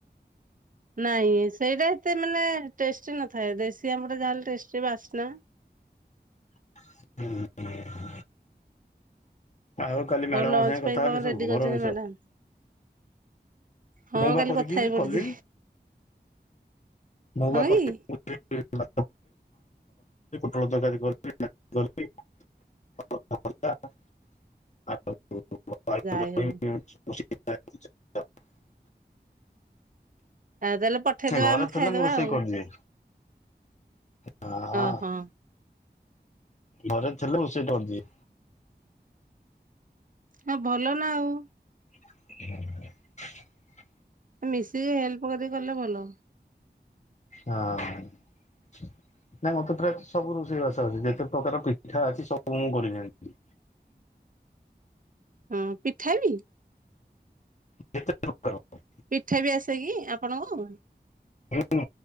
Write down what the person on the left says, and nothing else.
ହୁଁ ହୁଁ। ଆଉ କାଲି ମ୍ୟାଡାମଙ୍କ
ସାଙ୍ଗେ କଥା
ହେଲେ ସବୁ
ଘର ବିଷୟ?
ମୁଁ ପା
କରିକି
କଲି। ମୁଁ
ପା <unintelligible>
ପୋଟଳ ତରକାରୀ <unintelligible> <unintelligible> <unintelligible>
ଘରେ
ଥିଲେ
ମୁଁ ରୋଷେଇ
କରିଦିଏ। ହଁ
ଘରେ ଥିଲେ ରୋଷେଇ କରିଦିଏ।
<unintelligible>
ହଁ। ନାଇଁ ମତେ ପ୍ରାୟତଃ ସବୁ ରୋଷେଇବାସ ଆସେ ଯେତେ ପ୍ରକାର ପିଠା ଅଛି ସବୁ ମୁଁ କରି ଜାଣିଛି।
ଯେତେ ପ୍ରକାର।
ହୁଁ